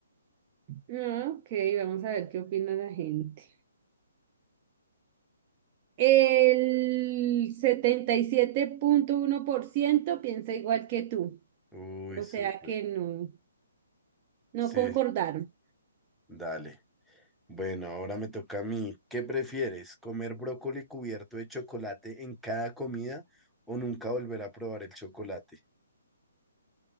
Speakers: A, on the right; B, in the centre.
A: Ah, Ok, vamos a ver qué opina la gente. El setenta y siete punto uno por ciento piensa igual que tú,
B: Uy,
A: o
B: súper.
A: sea que no, no
B: Sí,
A: concordaron.
B: dale. Bueno, ahora me toca a mí. ¿Qué prefieres? ¿Comer brócoli cubierto de chocolate en cada comida o nunca volver a probar el chocolate?